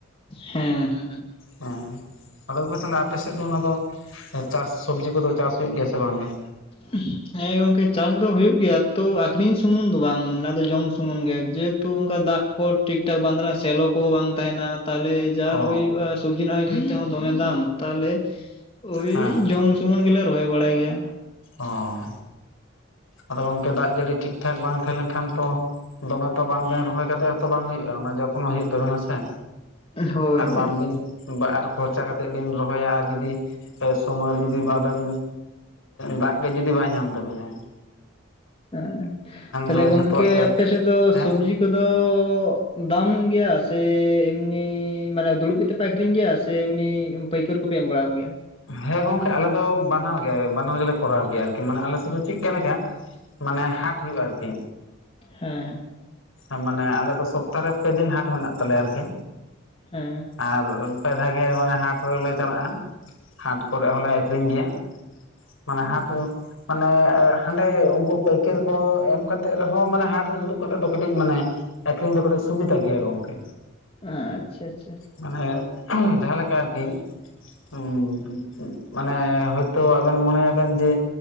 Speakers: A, on the left; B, on the left.
A: ᱦᱮᱸ ᱦᱮᱸ
B: ᱦᱮᱸ ᱟᱫᱚ ᱛᱟᱦᱚᱞᱮ ᱟᱯᱮᱥᱮᱫ ᱫᱚ ᱚᱱᱟ ᱫᱚ ᱪᱟᱥ ᱥᱚᱵᱡᱤ ᱠᱚᱫᱚ ᱪᱟᱥ ᱦᱩᱭᱩᱜ ᱜᱮᱭᱟ ᱥᱮ ᱵᱟᱝᱜᱮ
A: <inaudible> ᱦᱮᱸ ᱜᱚᱝᱠᱮ ᱪᱟᱥ ᱫᱚ ᱦᱩᱭᱩᱜ ᱜᱮᱭᱟ ᱛᱚ ᱟᱠᱷᱨᱤᱧ ᱥᱩᱢᱩᱝ ᱫᱚ ᱵᱟᱝ ᱚᱱᱟ ᱫᱚ ᱡᱚᱢ ᱥᱩᱢᱩᱝ ᱜᱮ ᱡᱮ ᱛᱩ ᱚᱱᱠᱟ ᱫᱟᱜ ᱠᱚ ᱴᱷᱤᱠ ᱴᱷᱟᱠ ᱵᱟᱝ ᱛᱟᱦᱱᱟ ᱥᱮᱞᱚ ᱠᱚᱦᱚᱸ ᱵᱟᱝ ᱛᱟᱦᱮᱱᱟ ᱛᱟᱦᱚᱞᱮᱼᱼ ᱡᱟᱨ
B: ᱚ
A: ᱦᱩᱭᱩᱜᱼᱟ ᱥᱚᱵᱡᱤ ᱨᱮᱱᱟᱜ ᱛᱮᱦᱚᱸ ᱫᱚᱢᱮ ᱫᱟᱢ ᱛᱟᱦᱚᱞᱮ ᱳᱭ
B: ᱦᱮᱸ
A: ᱡᱚᱢ ᱡᱮᱢᱚᱱ ᱜᱮᱞᱮ ᱨᱚᱦᱚᱭ ᱵᱟᱲᱟᱭ ᱜᱮᱭᱟ᱾
B: ᱚᱷ ᱟᱫᱚ ᱜᱚᱝᱠᱮ ᱫᱟᱜ ᱡᱟᱹᱲᱤ ᱴᱷᱤᱠᱴᱷᱟᱠ ᱵᱟᱝ ᱛᱟᱦᱮᱸ ᱞᱮᱱᱠᱷᱟᱱ ᱛᱚ ᱫᱚᱢᱮ ᱛᱚ ᱵᱟᱝ ᱵᱮᱱ
A: ᱦᱩᱸ
B: ᱨᱚᱦᱚᱭ ᱠᱟᱛᱮ ᱦᱚᱸᱛᱚ ᱵᱟᱝ ᱦᱩᱭᱩᱜᱼᱟ ᱚᱱᱟ ᱡᱚᱠᱷᱚᱱᱳ ᱦᱳ ᱛᱟᱵᱮᱱᱟ ᱥᱮ
A: ᱦᱳᱭ
B: ᱟᱨ
A: ᱦᱳᱭ
B: ᱵᱟᱝᱵᱤᱱ ᱵᱟ ᱟᱨ ᱠᱷᱚᱨᱪᱟ ᱠᱟᱛᱮᱜ ᱵᱮᱤᱱ ᱨᱚᱦᱚᱭᱟ ᱡᱩᱫᱤ ᱥᱚᱢᱚᱭ ᱨᱮ ᱡᱩᱫᱤ ᱟᱵᱮᱱ ᱫᱟᱜ ᱜᱮ ᱡᱩᱫᱤ ᱵᱟᱭ ᱧᱟᱢ ᱛᱟᱵᱤᱱᱟ
A: ᱦᱷ--ᱛᱟᱦᱚᱞᱮ
B: ᱫᱚ
A: ᱜᱚᱝᱠᱮ
B: ᱡᱷᱚᱛᱚᱣᱟᱜ ᱜᱮ
A: ᱟᱯᱮ ᱥᱮᱫ ᱫᱚ
B: ᱦᱮᱸ
A: ᱥᱚᱵᱡᱤ ᱛᱚ ᱫᱚ ᱫᱟᱢ ᱜᱭᱟ ᱥᱮ ᱮᱢᱱᱤ ᱢᱟᱱᱮ ᱫᱩᱲᱩᱵ ᱠᱮᱛᱮᱜᱼᱼ ᱯᱮ ᱟᱹᱠᱷᱨᱤᱧ ᱜᱤᱭᱟ ᱥᱮ ᱮᱢᱱᱤ‌ ᱯᱟᱹᱭᱠᱟᱹᱨᱤ ᱠᱚᱯᱮ ᱮᱢ ᱵᱟᱲᱟᱣ ᱠᱚ ᱜᱮᱭᱟ?
B: ᱦᱮᱸ ᱜᱚᱝᱠᱮ ᱟᱞᱮ ᱫᱚ ᱵᱟᱱᱟᱨ ᱜᱮ ᱵᱟᱱᱟᱨ ᱜᱮᱞᱮ ᱠᱚᱨᱟᱣ ᱜᱮᱭᱟ ᱟᱨᱠᱤ ᱢᱟᱱᱮ ᱟᱞᱮ ᱥᱮᱫ ᱫᱚ ᱪᱤᱫᱠᱟ‌ ᱞᱮᱠᱟ ᱢᱟᱱᱮ ᱦᱟᱴ ᱦᱩᱭᱩᱜ-ᱟ ᱟᱨ ᱠᱤ᱾
A: ᱦᱮᱸ ᱦᱮᱸ᱾
B: ᱟᱸ ᱢᱟᱱᱮ ᱟᱞᱮ ᱫᱚ ᱥᱚᱯᱛᱟ ᱨᱮ ᱯᱮ ᱫᱤᱱ ᱦᱟᱴ ᱢᱮᱱᱟᱜ ᱛᱟᱞᱮᱭᱟ ᱟᱨᱠᱤ᱾
A: ᱦᱮᱸ᱾
B: ᱟᱨ ᱯᱮ ᱫᱷᱟᱣ ᱜᱮ ᱢᱟᱱᱮ ᱦᱟᱴ ᱨᱮᱞᱮ ᱪᱟᱞᱟᱜ-ᱟ᱾ ᱦᱟᱴ ᱠᱚᱨᱮᱜ ᱦᱚᱸᱞᱮ ᱟᱹᱠᱷᱨᱤᱧ ᱜᱮᱭᱟ ᱢᱟᱱᱮ
A: ᱦᱮᱸ
B: ᱦᱟᱴ ᱨᱮ ᱢᱟᱱᱮ ᱮ ᱦᱟᱸᱰᱮ ᱩᱱᱠᱩ ᱯᱟᱹᱭᱠᱟᱹᱨᱤ ᱠᱚ ᱮᱢ ᱠᱟᱛᱮᱜ ᱨᱮᱦᱚᱸ ᱢᱟᱱᱮ ᱦᱟᱴ ᱨᱮ ᱫᱩᱲᱩᱵ ᱠᱟᱛᱮᱜ ᱫᱚᱼᱼ ᱠᱟᱹᱴᱤᱡ ᱢᱟᱱᱮ ᱟᱹᱠᱷᱨᱤᱧ ᱫᱚ ᱠᱟᱹᱴᱤᱡ ᱥᱩᱵᱤᱫᱟ ᱜᱮᱭᱟ ᱜᱚᱝᱠᱮ᱾
A: ᱟᱪᱪᱷᱟ ᱟᱪᱪᱷᱟ᱾
B: ᱢᱟᱱᱮ ᱡᱟᱦᱟᱸ ᱞᱮᱠᱟ ᱟᱨ ᱠᱤᱼᱼ ᱩᱸ ᱢᱟᱱᱮ ᱦᱳᱭᱛᱚ ᱟᱵᱮᱱ ᱢᱚᱱᱮ ᱭᱟᱵᱮᱱ ᱡᱮᱼᱼ